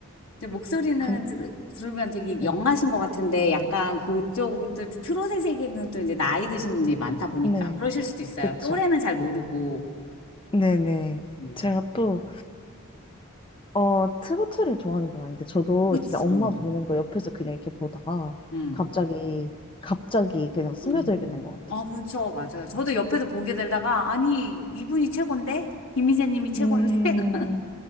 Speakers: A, on the left (about 80°); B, on the left (about 25°).
A: 이제 목소리는
B: 감,
A: 들, 들으면 되게
B: 네.
A: 영하신 것 같은데 약간 그쪽 또 트롯의 세계는 또 이제 나이 드신 분들이 많다 보니까
B: 네.
A: 그러실 수도 있어요.
B: 그쵸.
A: 또래는 잘 모르고.
B: 네네.
A: 음.
B: 제가 또, 어, 트로트를 좋아하는 건 아닌데, 저도
A: 그치.
B: 진짜 엄마
A: 음.
B: 보는 거 옆에서 그냥 이렇게 보다가
A: 음.
B: 갑자기, 갑자기 그냥 스며들게
A: 음. 음.
B: 된 것 같아요.
A: 어, 그렇죠. 맞아요. 저도 옆에서 보게 되다가 아니, 이분이 최고인데? 김희재 님이 최고인데?
B: 음,
A: <laughs>